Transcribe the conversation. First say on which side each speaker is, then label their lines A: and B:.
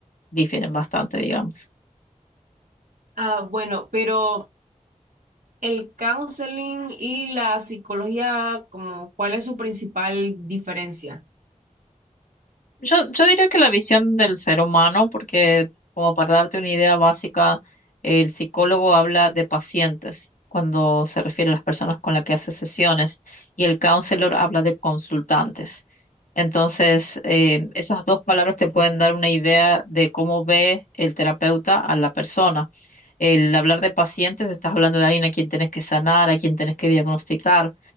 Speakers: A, on the left; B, on the right.
A: difieren bastante, digamos.
B: Ah, bueno, pero el counseling y la psicología, como, ¿cuál es su principal diferencia?
A: Yo, yo diría que la visión del ser humano, porque como para darte una idea básica, el psicólogo habla de pacientes cuando se refiere a las personas con las que hace sesiones y el counselor habla de consultantes. Entonces, eh, esas dos palabras te pueden dar una idea de cómo ve el terapeuta a la persona. El hablar de pacientes, estás hablando de alguien a quien tenés que sanar, a quien tenés que diagnosticar.